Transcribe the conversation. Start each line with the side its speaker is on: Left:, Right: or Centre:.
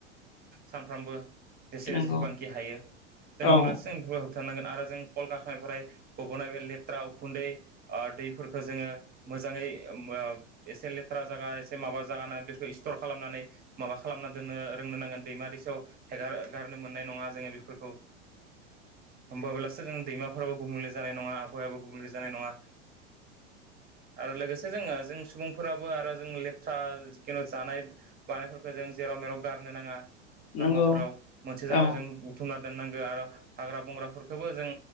Right: सानफ्रामबो। जेसे
Left: नंगौ
Right: जेसेबांखि हायो जों होमब्लासो
Left: औ
Right: जों बेफोरखो होब होनांगोन आरो जों कलकारखानिफ्राय गबोनाय बे लेथ थ्रा उखुन्दै आ दैफोरखो जोङो मोजाङै ओब ओ एसे लेथ्रा जागा एसे माबा जागा बेफोरखो स्ट'र खालामनानै माबा खालामना दोननो रोंनो नांगोन दैमा दैसायाव हेगार गारनो मोननाय नङा जोङो बेफोरखौ। होमबाबोलासो जों दैमा फोराबो गुबुंले जानाय नङा आब हावायोबो गुबुंले जानाय नङा आरो लोगोसे जोङो जों सुबुंफोराबो आरो जों लेथ्रा जिखुनु जानाय बानायफोरखौ जों जेराव मेराव गारनो नाङा। लामाफोराव
Left: नंगौ
Right: मोनसे जायगाजों
Left: औ
Right: बुथुमना दोननांगो आरो हाग्रा बंग्राफोरखोबो जों